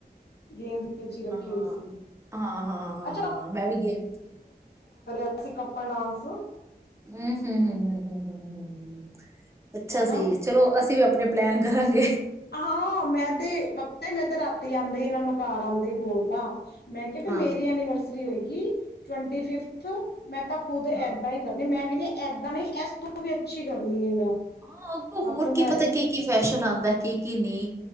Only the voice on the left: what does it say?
ਗੇਮਸ ਵਿੱਚ ਹੀ ਰੱਖੀ
ਹੋਈ ਸੀ
ਅੱਛਾ
ਕਲਾਸੀ ਕੱਪਲ ਡਾਂਸ
ਹਨਾ
ਹਾਂ ਮੈਂ ਤੇ ਮੈਂ ਤੇ ਰਾਤੀ ਆਉਂਦੇ ਹੀ ਇਹਨਾਂ ਨੂੰ ਕਾਰ ਆਉਂਦੇ ਹੀ ਬੋਲਦਾ ਮੈਂ ਕਿਹਾ ਵੀ
ਮੇਰੀ ਐਨੀਵਰਸ ਹੋਏਗੀ ਟਵੰਟੀ ਫਿਫਥ ਮੈਂ ਤਾਂ ਖੁਦ ਏਦਾਂ
ਹੀ ਕਰਨੀ ਮੈਂ ਕਹਿੰਦੇ ਏਦਾਂ ਨਹੀਂ ਇਸ ਤੋਂ ਵੀ ਅੱਛੀ ਕਰਨੀ ਹੈ ਮੈਂ
ਮਤਲਬ
ਮੈਂ
ਵੀ